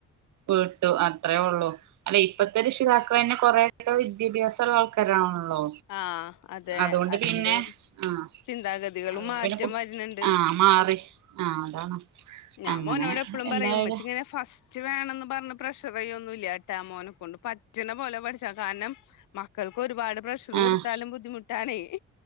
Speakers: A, on the right; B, on the left.
A: വിട്ടു അത്രയേ ഉള്ളു അല്ലെ ഇപ്പത്തെ രക്ഷിതാകളന്നെ കുറെയൊക്കെ വിദ്യാഭ്യാസള്ള ആൾക്കാരാണല്ലോ
B: ആ അതെ
A: അതൊണ്ട്
B: അതുകൊണ്ട്
A: പിന്നെ ആഹ്
B: ചിന്താഗതികളും
A: അതൊണ്ട്
B: മാറ്റം വരുന്നുണ്ട്
A: ആഹ് മാറി ആഹ് അതാണ്
B: ഞാൻ
A: അങ്ങനെ
B: മോനോട് എപ്പളും
A: എന്തായാലും
B: പറയും ഉമ്മച്ചി ഇങ്ങനെ ഫസ്റ്റ് വേണന്ന് പറഞ്ഞ് പ്രഷറിയോന്നുല്ല പറ്റാ മോനെക് കൊണ്ട് പറ്റണ പോലെ പഠിച്ച കാരണം മക്കൾക്ക് ഒരുപാട് പ്രഷർ
A: ആഹ്
B: കൊടുത്താലും ബുദ്ധിമു- ട്ടാണെ